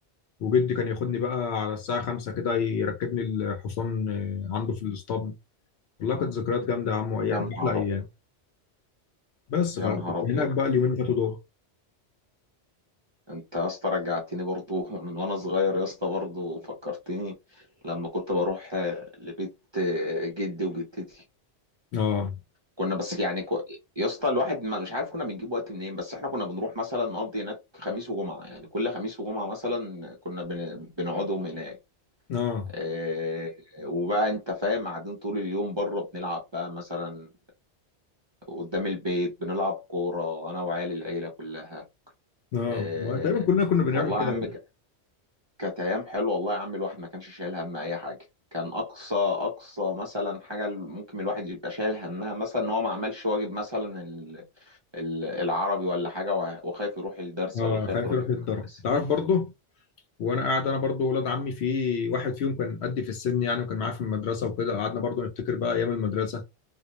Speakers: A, on the left (about 70°); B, on the right (about 30°).
A: وجدي كان ياخدني بقى على الساعة خمسة كده يركبني الحصان آه، عنده في الاسطبل والله كانت ذكريات جامدة يا عم وأيام
B: يا نهار
A: أحلى أيام
B: ابيض
A: بس فكنت
B: يا نهار ابيض
A: هناك بقى اليومين اللي فاتوا دول
B: انت يا اسطى رجعتني برضو <laughs> من وانا صغير يا اسطى برضو فكرتني لما كنت بروح آه، لبيت آه، جدي وجدتي
A: اه
B: كنا بس يعني كو... يا اسطى الواحد ما مش عارف كنا بنجيب وقت منين بس احنا كنا بنروح مثلا نقضي هناك خميس وجمعة يعني كل خميس وجمعة مثلا كنا بن... بنقعدهم هناك
A: اه
B: اه... وبقى انت فاهم قاعدين طول اليوم بره بنلعب بقى مثلا قدام البيت بنلعب كورة انا وعيال العيلة كلها
A: اه
B: اه...
A: ما تقريبا كلنا كنا بنعمل
B: والله
A: كده
B: يا عم
A: برضه
B: ك- كانت ايام حلوة والله يا عم الواحد ما كانش شايل هم اي حاجة كان اقصى اقصى مثلا حاجه ممكن الواحد يبقى شايل همها مثلا ان هو ما عملش واجب مثلا ال- العربي ولا حاجة وه- وخايف يروح الدرس
A: اه
B: ولا خايف
A: خايف
B: يروح
A: يروح
B: المدرسة
A: يتضرب انت عارف برضه وانا قاعد انا برضه ولاد عمي في واحد فيهم كان قدي في السن يعني وكان معايا في المدرسه وكده قعدنا برضه نفتكر بقى ايام المدرسه